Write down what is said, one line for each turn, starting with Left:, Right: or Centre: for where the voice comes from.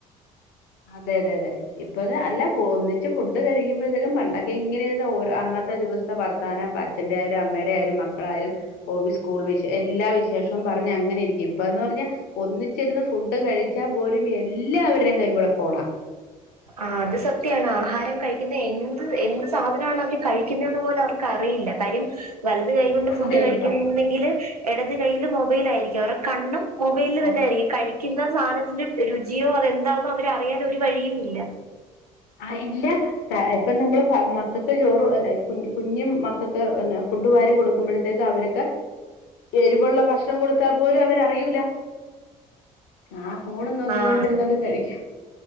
Left: അതെ അതെ അതെ ഇപ്പത് അല്ല ഒന്നിച്ച് ഫുഡ് കഴിക്കുമ്പോഴങ്കിലും പണ്ടൊക്കെ ഇങ്ങനെയിരുന്ന് ഓരോ അന്നത്തെ ദിവസ സത്തെ വർത്താനപ്പ അഛന്റെയായാലും അമ്മേടെയായാലും മക്കളായാലും ഓവീ സ്കൂൾ വിശ് എല്ലാ വിശേഷവും പറഞ്ഞങ്ങനെ ഇരിക്കും ഇപ്പന്ന് പറഞ്ഞാ ഒന്നിച്ചിരുന്ന് ഫുഡ് കഴിച്ചാ പോലും എല്ലാവരുടേം കൈകൂടെ ഫോണാ
Right: ആഹ് അത് സത്യാണ്
Left: എങ്ങനെ
Right: ആഹാരം
Left: ഇരുന്ന്
Right: കഴിക്കുന്ന എന്ത് എന്ത്സ് സാധനാണ് അവര് കഴിക്കുന്നേന്ന് പോലും അവർക്കറിയില്ല കാര്യം വലത് കൈകൊണ്ട് ഫുഡ്
Left: അറിയില്ല
Right: കഴിക്കുന്നെങ്കില് എടത് കൈയ്യില് മൊബൈലാരിക്കും അവര്ടെ കണ്ണും മൊബൈലിൽ
Left: ഓ,
Right: തന്നെ അയിരിക്കും കഴിക്കുന്ന സാനത്തിന്റെ രുചിയോ അതെന്താണെന്നോ അവര് അറിയാൻ ഒരു വഴിയും ഇല്ല
Left: ആഹ് ഇല്ല ആഹ് ഇപ്പം നമ്മള് പാ മക്കക്ക് ചോറ്ന്നെ കുഞ്ഞ് കുഞ്ഞും മക്കക്ക് എന്നാ ഫുഡ് വാരി കൊടുക്കുമ്പോഴത്തേക്ക് അവര് എരിവൊള്ള ഭക്ഷണം കൊടുത്താ പോലും അവരറിയൂല ആ ഫോണും നോക്കിക്കൊണ്ടിരുന്നിട്ട്
Right: ആഹ്
Left: കഴിക്കും